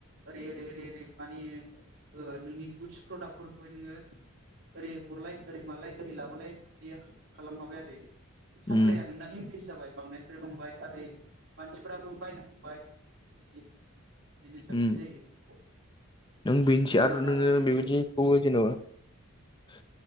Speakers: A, on the right (about 55°); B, on the left (about 20°).
A: ओरै ओरै ओरै ओरै माने ओ नोंनि गुड्स प्रडाक्टफोरखौहाय नोङो ओरै हरलाय ओरै मालाय ओरै लाबोलाय बिदिया खालाम खाबाय आरो सापलाया
B: उम
A: नोंना इनक्रिस जाबाय बांनाय जो बांबाय आरै मानसिफोराबो बायनो हमबाय बिदि। जिनिसा
B: उम
A: बिदि जायो।
B: नों बिनस
A: जेन'बा
B: आरो
A: दा
B: नोङो
A: जेरै
B: बेबायदिखौ
A: जों
B: बुङो जेन'बा